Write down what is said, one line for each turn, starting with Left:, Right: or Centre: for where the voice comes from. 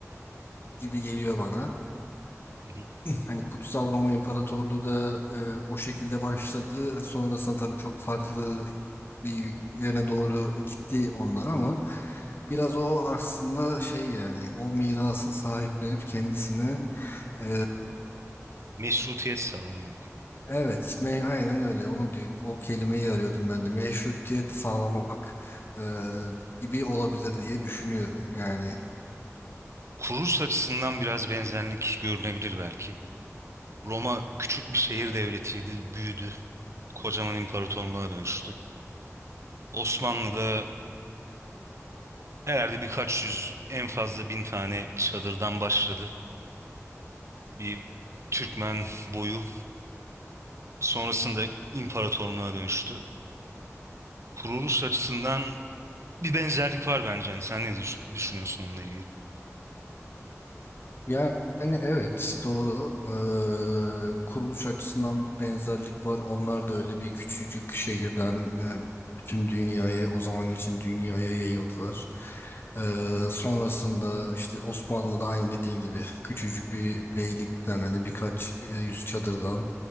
Left: gibi geliyor bana.
Right: Hı hı.
Left: hani Kutsal Roma İmparatorluğu da e, o şekilde başladı. Sonrasında tabii çok farklı bir yöne doğru gitti onlar ama biraz o aslında şey yani o mirası sahiplenip kendisine e,
Right: Meşrutiyet sağlamak gibi.
Left: Evet, me aynen öyle. Onu diyor, o kelimeyi arıyordum ben de. Meşrutiyet sağlamak e, gibi olabilir diye düşünüyorum. Yani
Right: Kuruluş açısından biraz benzerlik görülebilir belki. Roma küçük bir şehir devletiydi, büyüdü. Kocaman imparatorluğa dönüştü. Osmanlı'da herhalde birkaç yüz en fazla bin tane çadırdan başladı. Bir Türkmen boyu sonrasında imparatorluğa dönüştü. Kuruluş açısından bir benzerlik var bence. Yani sen ne düş- düşünüyorsun onunla ilgili?
Left: Yani evet doğru. Ee, kuruluş açısından benzerlik var. Onlar da öyle bir küçücük şehirden e, bütün dünyaya o zaman için dünyaya yayıldılar. Ee, sonrasında işte Osmanlı'da aynı dediğin gibi küçücük bir beylikten hani birkaç e, yüz çadırdan